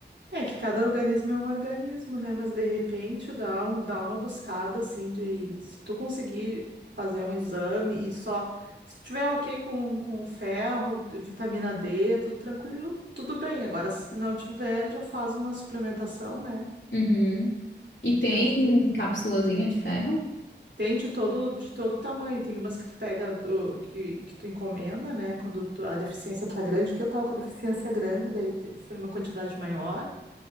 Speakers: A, on the right; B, on the left.
A: É que cada organismo é um organismo, né? Mas de repente dá, um, dá uma buscada assim de se tu conseguir fazer um exame e só se tiver ok com, com ferro, vitamina D, é tudo tranquilo, tudo bem. Agora, se não tiver, já faz uma suplementação, né?
B: Uhum. E tem
A: Eu acho que
B: cápsulazinha de ferro?
A: tem de todo, de todo tamanho. Tem umas que tu pega, do- que, que tu encomenda, né? Quando tu- a deficiência tá grande, que eu tava com a deficiência grande, daí te- foi uma quantidade maior.